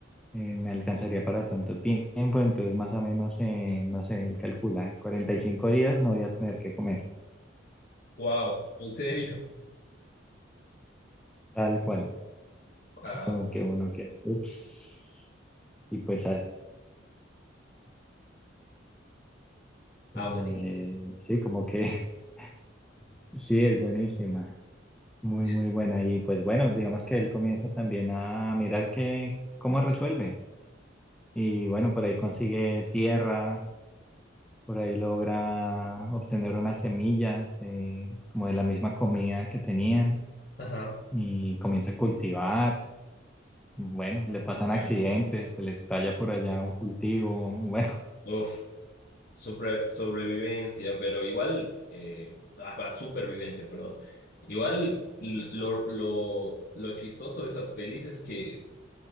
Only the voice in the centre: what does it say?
eh, me alcanzaría para tanto tiempo, entonces más o menos, eh, no sé, él calcula, en 45 días no voy a tener que comer,
tal cual,
como que uno que, ups, y pues allá,
eh,
sí, como que <laughs> sí, es buenísima, muy,
muy buena, y pues bueno, digamos que él comienza también a mirar que, cómo resuelve, y bueno, por ahí consigue tierra, Por ahí logra obtener unas semillas eh, como de la misma comida que tenían
y comienza a cultivar. Bueno, le pasan
accidentes, se le estalla por allá un cultivo. Bueno,